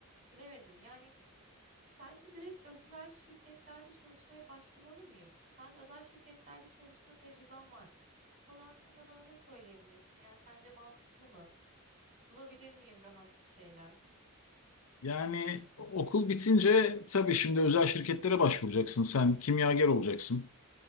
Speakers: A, on the right; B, on the left.
A: Bilemedim. Yani sence direkt özel şirketlerde çalışmaya başlamalı mıyım? Sen özel şirketlerde çalışma tecrüben var. Bu konu hakkında bana ne söyleyebilirsin? Yani sence mantıklı mı? Bulabilir miyim rahat bir şeyler?
B: Yani okul bitince tabii şimdi özel şirketlere başvuracaksın. Sen kimyager olacaksın.